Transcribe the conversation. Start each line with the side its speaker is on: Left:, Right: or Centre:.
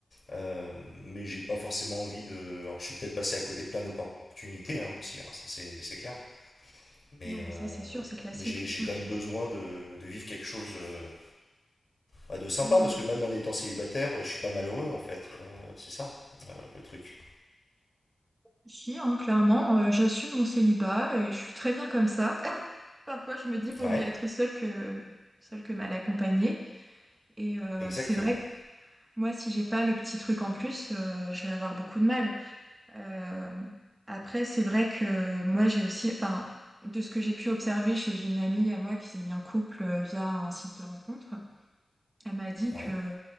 Left: euh, mais j'ai pas forcément envie de. Alors je suis peut-être passé à côté de plein d'opportunités hein, aussi, hein, ça c'est c'est clair. Mais
Right: Non,
Left: euh,
Right: mais ça, c'est sûr, c'est classique.
Left: mais j'ai j'ai
Right: Mm.
Left: quand même besoin de, de vivre quelque chose euh, bah, de sympa
Right: Ah non,
Left: parce
Right: mais
Left: que même en étant célibataire, je suis pas malheureux en fait. Euh, c'est ça euh, le truc.
Right: si, hein, clairement, euh, j'assume mon célibat et je suis très bien comme ça. <laughs> Parfois, je me dis, vaut
Left: Ouais,
Right: mieux être seule que, seule que mal accompagnée. Et euh,
Left: exactement.
Right: c'est vrai que moi, si j'ai pas le petit truc en plus, euh, je vais avoir beaucoup de mal. Euh, après, c'est vrai que moi, j'ai aussi, enfin, de ce que j'ai pu observer chez une amie à moi qui s'est mis en couple euh, via un site de rencontre, Elle m'a dit
Left: Ouais,
Right: que